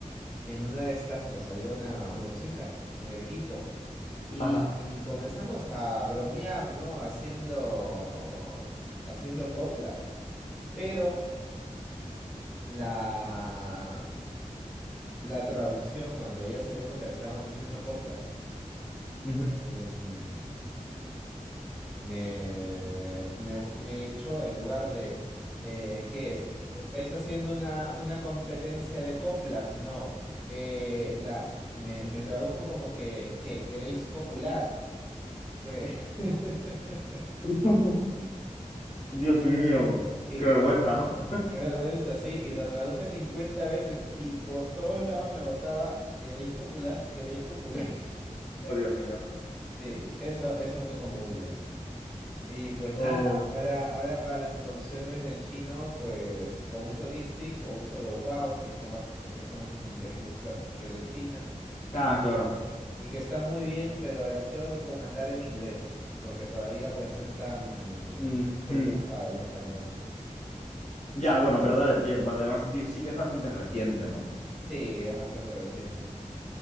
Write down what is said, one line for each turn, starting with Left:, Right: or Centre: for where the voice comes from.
Centre: en una de estas pues había una, una chica en el equipo y,
Left: ajá.
Centre: y comenzamos a bromear, ¿no? Haciendo, haciendo coplas. Pero la, la traducción, cuando ella se dio cuenta que estábamos haciendo coplas,
Left: ujú.
Centre: em, Me, me, me echó en lugar de, eh, ¿qué es? ¿Estáis haciendo una, una competencia de coplas? No. Eh, la, me, me tradujo como que, que queréis copular. Fue. <laughs>
Left: <laughs> Dios mío,
Centre: Y
Left: qué vergüenza, ¿no?
Centre: qué vergüenza, sí. Y lo traduje 50 veces y por todos lados me botaba, ¿queréis copular? ¿Queréis copular? <laughs>
Left: Oh, Dios mío.
Centre: Sí, eso, eso fue como Google. Y pues nada,
Left: Oh.
Centre: ahora, ahora para las traducciones del chino, pues o uso DeepSeek o uso Doubao, que son, apl- que son inteligencias artificiales chinas,
Left: Ah, claro.
Centre: y que están muy bien, pero las tengo que comandar en inglés, porque todavía pues no están
Left: Mm,
Centre: muy pulidas
Left: mm.
Centre: para el español.
Left: Ya, bueno, pero dale tiempo. Además, DeepSeek es bastante reciente, ¿no?
Centre: Sí, es bastante reciente,